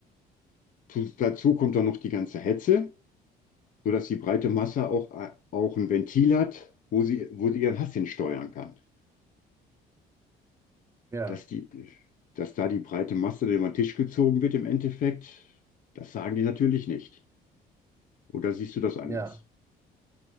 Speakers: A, on the left; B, on the right.
A: zu, dazu kommt dann noch die ganze Hetze, sodass die breite
B: Hm.
A: Masse auch, äh, auch ein Ventil hat, wo sie, wo sie ihren Hass hin steuern kann.
B: ja,
A: Dass die, dass da die breite Masse über den Tisch gezogen wird im Endeffekt, das sagen die natürlich nicht. Oder siehst du das anders?
B: ja.